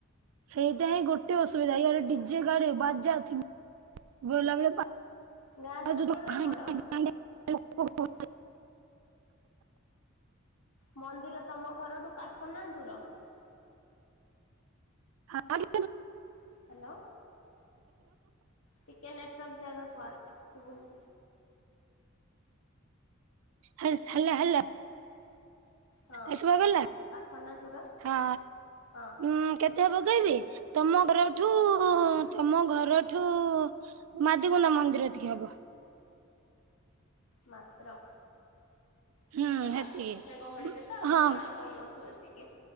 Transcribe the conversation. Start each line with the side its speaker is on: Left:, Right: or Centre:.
Right: ସେଇଟା ହିଁ ଗୋଟେ ଅସୁବିଧା ଇଆଡେ ଡିଜେ ଗାଡ଼ି ବାଜା ଥି ଗଲା ବେଳେ
Left: ଉଆଁ
Right: ପାରାଚୁଟ
Left: ଛୋଟ ନା
Right: ଘାଇଁ
Left: ବଡ?
Right: ଘାଇଁ <unintelligible>
Left: ମନ୍ଦିର ତମ ଘରଠୁ ପାଖ ନା ଦୂର?
Right: ହଁ ଲି
Left: ହ୍ୟାଲୋ। ଟିକେ ନେଟୱର୍କ ଜାଗା କୁ ଆ। ଶୁବୁନି
Right: ହେ ହାଲୋ ହାଲୋ
Left: ହଁ
Right: ଏ ସୁବାଗଲା
Left: ପାଖ ନା ଦୂର?
Right: ହଁ
Left: ହଁ
Right: ଉଁ କେତେ ହବ କହବି ତମ ଘର ଠୁ
Left: ହୁଁ।
Right: ତମ ଘରଠୁ ମାଦିଗୁନ୍ଦା ମନ୍ଦିର ଏତିକି ହବ
Left: ମାତ୍ର ତାହାଲେ
Right: ହୁଁ
Left: ପାଖ
Right: ସେତିକି
Left: ସେ ଗହଳିରେ
Right: ଉଁ,
Left: ତ ଆଉ
Right: ହଁ
Left: କିଛି ଜଣା ପଡୁନଥିବ ଏତିକି